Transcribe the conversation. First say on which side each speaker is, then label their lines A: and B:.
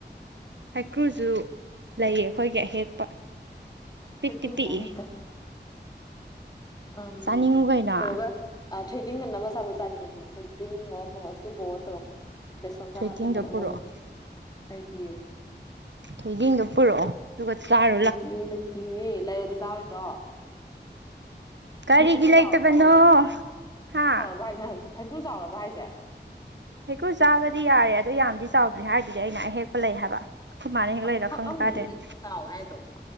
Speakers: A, on the right; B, on the left.
A: ꯍꯩꯀꯔꯨꯁꯨ ꯂꯩꯌꯦ ꯑꯩꯈꯣꯏꯒꯤ ꯑꯍꯦꯛꯄ ꯄꯤꯛꯇꯤ
B: ꯍꯩꯀꯔꯨ ꯗꯤ
A: ꯄꯤꯛꯏ
B: ꯆꯥꯅꯤꯡꯗꯦꯗ ꯑꯥ
A: ꯆꯥꯅꯤꯡꯉꯨ ꯀꯩꯅꯣ
B: ꯀꯩꯅꯣꯒ ꯑ ꯊꯣꯏꯗꯤꯡꯒ ꯅꯝꯃꯒꯥ ꯆꯥꯕꯗꯣ ꯆꯥꯅꯤꯡꯉꯦ ꯑꯗꯨꯗꯤ ꯊꯣꯏꯗꯤꯡꯉꯣ ꯃꯣꯔꯣꯛ ꯑꯁꯨꯕꯌꯣ ꯇꯧꯔꯒ ꯕꯦꯁꯣꯟ ꯈꯔ
A: ꯊꯣꯏꯗꯤꯡꯗꯣ
B: ꯍꯥꯞꯆꯜꯂꯒ
A: ꯄꯨꯔꯛꯑꯣ
B: ꯉꯧꯕ ꯑꯩꯗꯤ
A: ꯊꯣꯏꯗꯤꯡꯗꯣ ꯄꯨꯔꯛꯑꯣ ꯑꯗꯨꯒ ꯆꯥꯔ
B: ꯂꯩꯇꯤꯌꯦ ꯂꯩꯇꯤꯌꯦ ꯂꯩꯔꯗꯤ ꯆꯥꯔꯣꯏꯗ꯭ꯔꯣ
A: ꯀꯔꯤꯒꯤ
B: ꯅꯪ ꯍꯩꯀ꯭ꯔꯨ
A: ꯂꯩꯇꯕꯅꯣ
B: ꯆꯥꯎꯔꯕ ꯍꯥꯏꯁꯦ
A: ꯍꯥ
B: <unintelligible> ꯍꯩꯀ꯭ꯔꯨ ꯆꯥꯎꯔꯕ ꯍꯥꯏꯁꯦ
A: ꯍꯩꯀꯨ ꯆꯥꯕꯗꯤ ꯌꯥꯔꯦ ꯑꯗꯨ ꯌꯥꯝꯗꯤ ꯆꯥꯎꯗ꯭ꯔꯤ ꯍꯥꯏꯗꯨꯗꯤ ꯑꯩꯅ ꯑꯍꯦꯛꯄ ꯂꯩ ꯍꯥꯏꯕ ꯈꯣꯏ ꯃꯥꯅ ꯍꯦꯛꯂꯛꯏꯔ
B: ꯑꯐꯛ
A: ꯈꯪꯗꯦ
B: ꯑꯃꯅꯤ
A: ꯀꯥꯏꯗꯅꯦ
B: ꯅꯪꯅ ꯆꯥꯎ ꯍꯥꯏꯗꯣ